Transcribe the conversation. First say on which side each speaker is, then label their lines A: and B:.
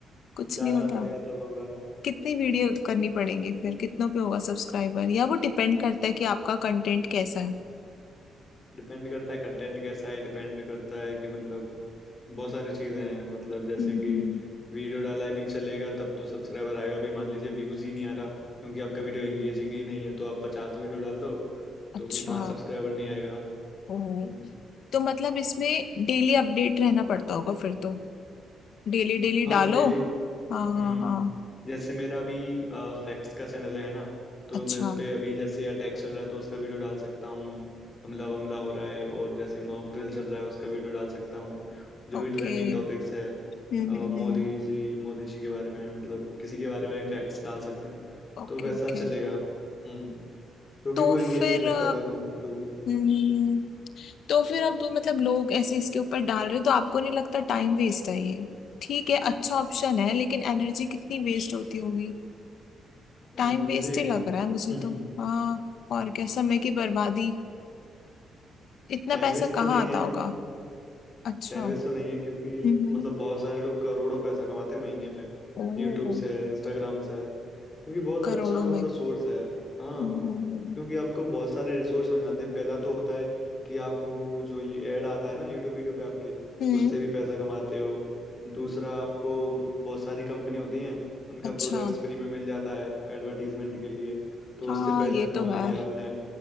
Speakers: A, on the left; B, on the left.
A: कुछ
B: डालना
A: नहीं होता
B: पड़ेगा तब होगा
A: कितनी वीडियो करनी पड़ेगी फिर कितनों पे होगा सब्सक्राइबर या वो डिपेंड करता है कि आपका कंटेंट कैसा है
B: डिपेंड करता है कंटेंट कैसा है डिपेंड करता है कि मतलब बहुत सारी चीजें हैं मतलब जैसे
A: हम्म
B: कि वीडियो डाला है भी चलेगा तब तो सब्सक्राइबर आएगा भी मान लीजिए व्यूज ही नहीं आ रहा क्योंकि आपका वीडियो एंगेजिंग ही नहीं है तो आप पचास वीडियो डाल दो
A: अच्छा
B: तो भी पांच सब्सक्राइबर नहीं आएगा
A: ओ
B: हम्म।
A: तो मतलब इसमें डेली अपडेट रहना पड़ता होगा फिर तो डेली डेली
B: हाँ
A: डालो
B: डेली
A: हाँ
B: हम्म
A: हाँ हाँ
B: जैसे मेरा अभी फैक्ट्स का चैनल है ना तो
A: अच्छा
B: मैं उस पे अभी जैसे अटैक चल रहा है तो उसका वीडियो डाल सकता हूँ हमला वमला हो रहा है और जैसे मॉक ड्रिल चल रहा है उसका वीडियो डाल सकता हूँ जो
A: ओके
B: भी ट्रेंडिंग टॉपिक्स है
A: हम्म
B: अ,
A: हम्म
B: मोदी
A: हम्म
B: जी मोदी जी के बारे में मतलब किसी के बारे में भी फैक्ट्स डाल सकते हैं
A: Okay
B: तो वैसा
A: okay
B: चलेगा हम्म क्योंकि
A: तो
B: वो एंगेजिंग
A: फिर
B: लगता
A: अ,
B: है दोनों को- लोगों को
A: हम्म, तो फिर अब मतलब लोग ऐसे इसके ऊपर डाल रहे हो, तो आपको नहीं लगता टाइम वेस्ट है ये ठीक है अच्छा ऑप्शन है लेकिन एनर्जी कितनी वेस्ट होती होगी टाइम
B: एनर्जी
A: वेस्ट ही लग रहा है मुझे
B: <laughs>
A: तो हाँ और क्या समय की बर्बादी इतना
B: टाइम
A: पैसा
B: वेस्ट
A: कहाँ
B: तो नहीं
A: आता
B: है
A: होगा अच्छा
B: टाइम वेस्ट तो नहीं है क्योंकि
A: हम्म
B: मतलब बहुत सारे लोग करोड़ों पैसा कमाते हैं महीने पे
A: ओ
B: यूट्यूब से इंस्टाग्राम से क्योंकि बहुत
A: करोड़ों
B: अच्छा
A: में
B: मतलब सोर्स है हाँ
A: हम्म हम्म
B: क्योंकि आपको बहुत सारे रिसोर्स बन जाते हैं पहला तो होता है कि आपको जो एड आता है ना यूट्यूब वीडियो पे आपके
A: हम्म
B: उससे भी पैसा कमाते हो दूसरा आपको बहुत सारी कंपनी होती हैं उनका
A: अच्छा
B: प्रोडक्ट्स फ्री में मिल जाता है एडवर्टीजमेंट के लिए तो
A: हाँ
B: उससे पैसा
A: ये तो
B: कमा
A: है
B: लिया आपने